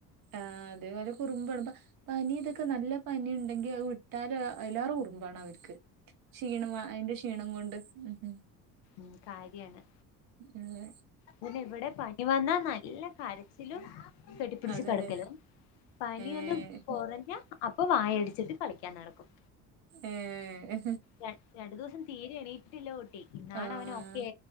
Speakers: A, on the right (about 45°); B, on the left (about 60°).
A: ആ അതെ പോലെ കുറുമ്പ് ടപ്പ പനി ഇതൊക്കെ നല്ല പനി ഉണ്ടെങ്കിൽ അത് വിട്ടാല് അയിലേറെ കുറുമ്പാണ് അവർക്ക് ക്ഷീണം അയിന്റെ ക്ഷീണം കൊണ്ട് ഉ
B: ഉ കാര്യാണ്.
A: അതെ
B: പിന്നെ ഇവിടെ പനി വന്നാ നല്ല കരച്ചിലും. കെട്ടിപ്പിടിച്ച്
A: അതെല്ലേ
B: കിടക്കലും. പനിയൊന്നും
A: ഏഹ്
B: കുറഞ്ഞ. അപ്പൊ വായടിച്ചിട്ട് കളിക്കാൻ നടക്കും.
A: ഏ ഏ
B: ര രണ്ടു ദിവസം തീരെ എണീറ്റിട്ടില്ല. കുട്ടി ഇന്നാണ്
A: ആഹ്
B: അവന് ഒക്കെ.